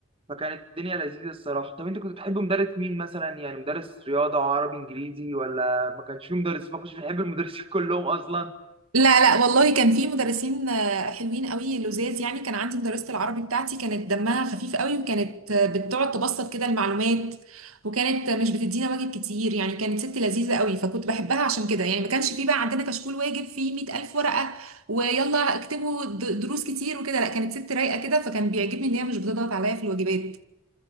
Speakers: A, on the right; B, on the right.
A: فكانت الدنيا لذيذة الصراحة طب أنت كنت بتحب مدرس مين مثلا يعني مدرس رياضة عربي إنجليزي ولا ما كانش فيه مدرسين ما كنتش بتحب المدرسين <laughs> كلهم أصلا
B: لا لا والله كان في مدرسين آه، حلوين قوي لذاذ يعني كان عندي مدرسة العربي بتاعتي كانت دمها خفيف قوي وكانت آه، بتقعد تبسط كده المعلومات وكانت آه، مش بتدينا واجب كتير يعني كانت ست لذيذة قوي فكنت بحبها عشان كده يعني ما كانش في بقى عندنا كشكول واجب فيه 100000 ورقة ويلا اكتبوا د- دروس كتير وكده لا كانت ست رايقة كده فكان بيعجبني ان هي مش بتضغط عليا في الواجبات